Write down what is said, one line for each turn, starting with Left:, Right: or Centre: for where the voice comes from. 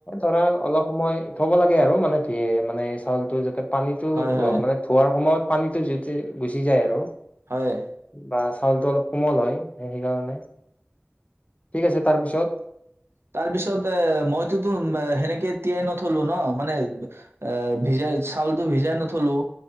Left: ধৰা অলপ হয় থব লাগে আৰু মানে- মানে চাউলটো যাতে পানীতটো
Right: হয়
Left: অ
Right: হয়
Left: মানে ধোৱাৰ সময়ত পানীটো যেতে গুচি যায় আৰু
Right: হয়
Left: বা চাউলটো অলপ কোমল হয় এই সেইকাৰণে ঠিক আছে তাৰপিছত?
Right: তাৰ পিছত এ মইতোতো সেনেকে তিয়াই নথলো ন মানে এ ভিজাই চাউলতটো ভিজাই নথলো।